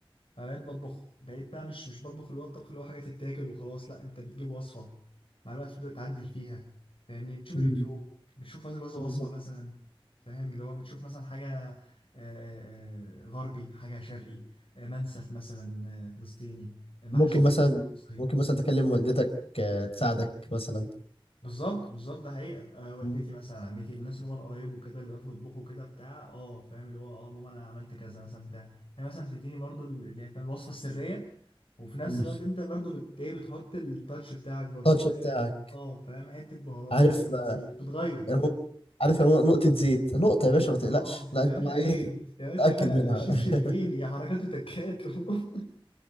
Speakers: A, on the left; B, on the left.
A: فبقيت بطبخ بقيت بقى مش مش بطبخ اللي هو الطبخ اللي هو حاجه تتاكل وخلاص لا انت بتجيب وصفه مع الوقت بتبدا تعدل فيها فاهمني بتشوف
B: امم
A: اليوتيوب بتشوف كذا كذا
B: بالظبط.
A: وصفه مثلا فاهم اللي هو بتشوف مثلا حاجه آه، آه، آه، غربي حاجه شرقي آه، منسف مثلا آه، فلسطيني آه، محشي
B: ممكن مثلا
A: مصري
B: ممكن مثلا تكلم والدتك آه، تساعدك مثلا
A: بالظبط بالظبط ده حقيقة آه والدتي
B: مم.
A: مثلا عمتي الناس اللي هم القرايب وكده اللي بيعرفوا يطبخوا كده بتاع اه فاهم اللي هو اه ماما انا عملت كذا مثلا بتاع هي مثلا بتديني برضو ال- اللي هي فاهم الوصفة السرية وفي نفس
B: مم.
A: الوقت انت برضو بت ايه بتحط التاتش بتاعك برضو
B: التاتش
A: اه
B: بتاعك
A: آه، فاهم حتة بهارات
B: عارف
A: شوية
B: آه،
A: زيت بتغير
B: يا ماما- عارف يا ماما نقطة زيت نقطة يا باشا ما تقلقش
A: اه
B: لا
A: يا
B: انت
A: باشا
B: بقى
A: عيب
B: ايه
A: يا باشا
B: تأكد
A: عيب انا
B: منها
A: الشيف
B: <laughs>
A: شربيني يا حركات وتكات <laughs>